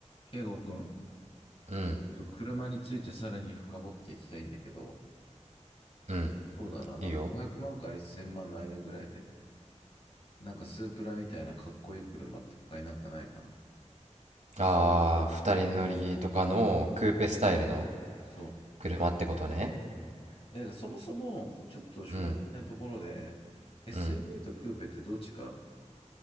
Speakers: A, on the left; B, on the right.
A: ケイゴくん、
B: うん、
A: ちょっと車についてさらに深掘っていきたいんだけど、
B: うん、
A: そうだな、なんか500万から1000万の間ぐらいで、
B: いいよ。
A: なんかスープラみたいなかっこいい車って他になんかないかな。
B: ああ、二人乗りとかのクーペスタイルの
A: そ
B: 車ってことね。
A: う。うん、えだからそもそも、ちょっと正直なところで、
B: うん、
A: SUV
B: うん。
A: とクーペってどっちがあるの